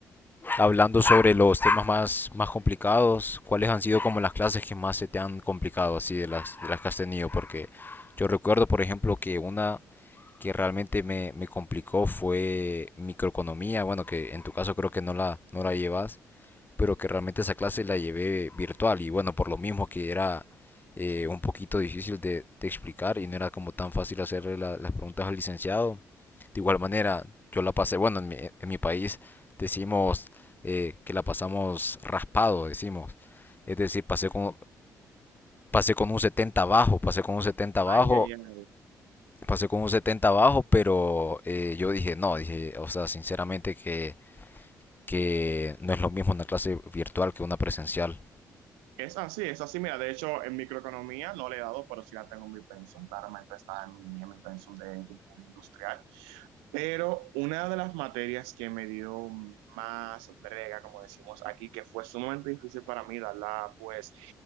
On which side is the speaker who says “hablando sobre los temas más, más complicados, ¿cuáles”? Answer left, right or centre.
Left